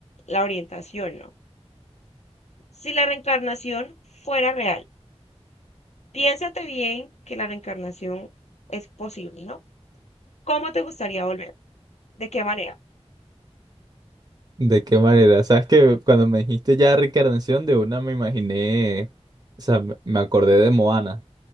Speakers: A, on the left (about 80°); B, on the right (about 40°).
A: la orientación, ¿no? Si la reencarnación fuera real, piénsate bien que la reencarnación es posible, ¿no? ¿Cómo te gustaría volver? ¿De qué manera?
B: ¿De qué manera? Sabes que cuando me dijiste ya reencarnación de una me imaginé, o sea, me me acordé de Moana.